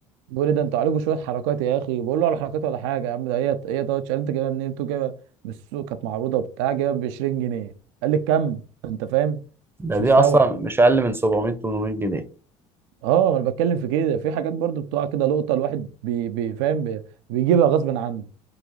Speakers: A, on the right; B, on the right.
A: بيقول لي ده انتوا عليكم شويه حركات يا اخي بقول له على حركات ولا حاجه يا عم ده هي هي تاتش قال انت جايبها منين انتوا جايبها من السوق كانت معروضه بتاع جايبها ب 20 جنيه قال لي كم انت فاهم
B: ده
A: مش
B: دي
A: مستوعب
B: أصلا مش أقل من 700 800 جنيه
A: اه ما انا بتكلم في كده في حاجات برضو بتقع كده لقطه الواحد بي بي فاهم بي بيجيبها غصب عنه